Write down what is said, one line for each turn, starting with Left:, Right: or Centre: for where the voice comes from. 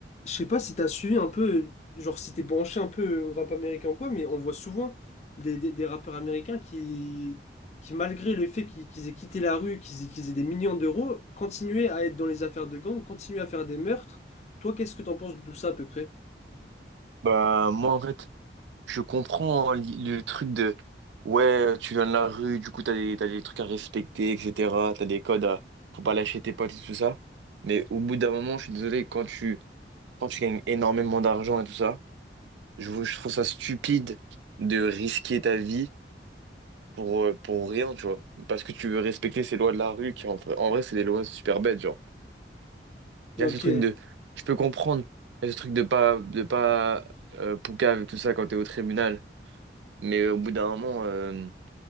Left: Je sais pas si t'as suivi un peu, genre si t'es branché un peu au rap américain ou quoi, mais on voit souvent des, des- des rappeurs américains qui, qui malgré le fait qu'ils qu'ils aient quitté la rue, qu'ils aient, qu'ils aient des millions d'euros, continuaient à être dans les affaires de gang, continuaient à faire des meurtres. Toi, qu'est-ce que t'en penses de tout ça à peu près?
Right: Bah, moi, en fait, je comprends hein, li- le truc de ouais, tu viens de la rue, du coup, t'as des, t'as des trucs à respecter, etc. T'as des codes à. Faut pas lâcher tes potes et tout ça. Mais au bout d'un moment, je suis désolé, quand tu, quand tu gagnes énormément d'argent et tout ça, je, je trouve ça stupide de risquer ta vie pour, euh, pour rien, tu vois. Parce que tu veux respecter ces lois de la rue qui, en, vrai, en vrai, c'est des lois super bêtes, genre.
Left: Ok.
Right: Il y a ce truc de. Je peux comprendre. Il y a ce truc de pas, de pas euh, poucave et tout ça quand t'es au tribunal. Mais euh, au bout d'un moment, euh,